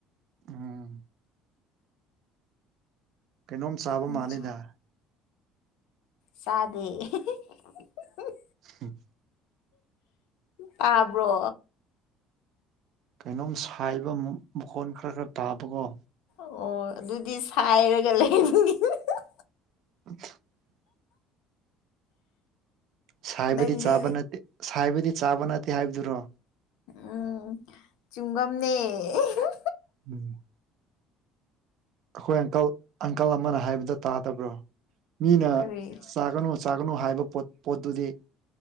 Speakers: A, on the right; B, on the left.
A: ꯎꯝ ꯀꯩꯅꯣꯝ ꯆꯥꯕ
B: ꯎꯝ
A: ꯃꯥꯜꯂꯦꯗ
B: ꯆꯥꯗꯦ ꯑꯦꯍꯦꯍꯦꯍꯦꯍꯦ ꯍꯝ
A: ꯍꯝ
B: ꯇꯥꯕ꯭ꯔꯣ
A: ꯀꯩꯅꯣꯝ ꯁꯥꯏꯕ ꯃꯈꯣꯟ ꯈꯔ ꯈꯔ ꯇꯥꯕꯀꯣ
B: ꯑꯣ ꯑꯗꯨꯗꯤ ꯁꯥꯏꯔꯒ ꯂꯩꯕꯒꯤꯅꯤ ꯍꯝꯍꯝ
A: <unintelligible> ꯁꯥꯏꯕꯗꯤ
B: ꯅꯪꯗꯤ
A: ꯆꯥꯕ ꯅꯠꯇꯦ ꯁꯥꯏꯕꯗꯤ ꯆꯥꯕ ꯅꯠꯇꯦ ꯍꯥꯏꯕꯗꯨꯔꯣ
B: ꯎꯝ ꯆꯨꯝꯒꯝꯅꯦ ꯑꯦꯍꯝꯍꯝ
A: ꯎꯝ ꯑꯩꯈꯣꯏ ꯑꯪꯀꯜ ꯑꯪꯀꯜ ꯑꯃꯅ ꯍꯥꯏꯕꯗꯣ ꯇꯥꯗꯕ꯭ꯔꯣ ꯃꯤꯅ
B: ꯀꯔꯤ
A: ꯆꯥꯒꯅꯨ ꯆꯥ ꯒꯅꯨ ꯍꯥꯏꯕ ꯄꯣꯠ ꯄꯣꯠꯇꯨꯗꯤ